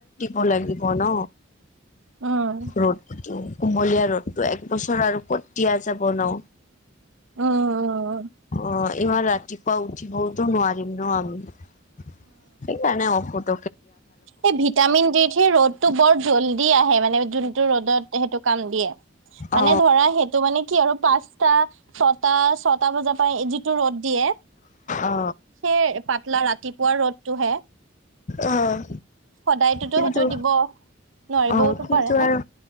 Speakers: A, on the left; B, on the right.
A: অ লাগিব ন
B: উম
A: ৰ'দটো কুমলীয়া ৰ'দটো একবছৰ আৰু কতিয়া যাব ন
B: উম উম উম উম
A: অ ইমান ৰাতিপুৱা উঠিবওতো নোৱাৰিম ন আমি সেইকাৰনে ঔষধ
B: এ ভিটামিন ডি থ্ৰি ৰ'দতটো বৰ জল্দি আহে মানে যোনটো ৰ'দত সেইটো কাম দিয়ে মানে
A: অ
B: ধৰা সেইটো মানে কি আৰু পাচ টা ছতাশ ছটা বজাৰ পৰা যিটো ৰ'দ দিয়ে
A: অ
B: সেই পাতলা ৰাতি ৰদটোহে।
A: অহ',
B: সদায়তোতো
A: কিন্তু
B: সেইটো দিব নোৱাৰিবওতো
A: অ, কিন্তু
B: পাৰে ন
A: আৰু